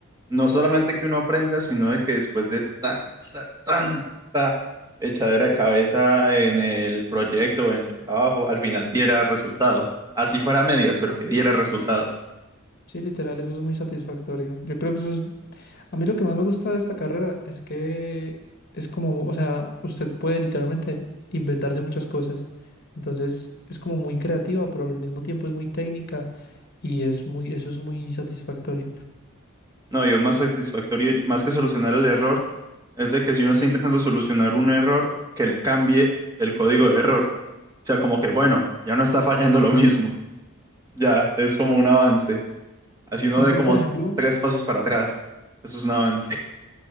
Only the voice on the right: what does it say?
no solamente que uno aprenda, sino de que después de tanta, tanta echadera de cabeza en el proyecto o en el trabajo, al final diera resultado. Así fuera a medias, pero que diera resultado.
No, y es más satisfactorio, y más que solucionar el error, es de que si uno está intentando solucionar un error, que le cambie el código de error. O sea, como que, bueno, ya no está fallando lo mismo. Ya, es como un avance. Así uno
de como
tres pasos para atrás. Eso es un avance. <laughs>